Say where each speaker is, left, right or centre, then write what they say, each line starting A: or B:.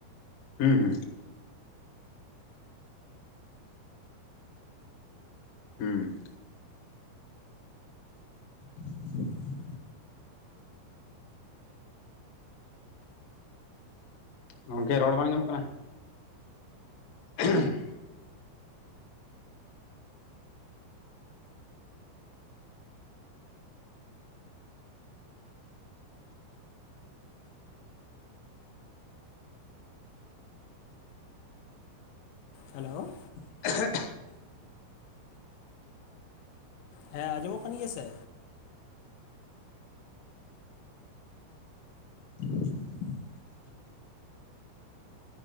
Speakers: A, on the left; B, on the left.
A: ᱦᱩᱸ ᱦᱩᱸ ᱦᱩᱸ <inaudible> ᱜᱚᱝᱠᱮ ᱨᱚᱲ ᱵᱟᱝ ᱟᱢᱚᱜ ᱠᱟᱱᱟ᱾ <unintelligible>
B: ᱦᱮᱞᱳᱣ
A: <unintelligible>
B: ᱦᱮᱸ ᱟᱡᱚᱢᱚᱜ ᱠᱟᱱ <unintelligible> ᱥᱮ?
A: <unintelligible>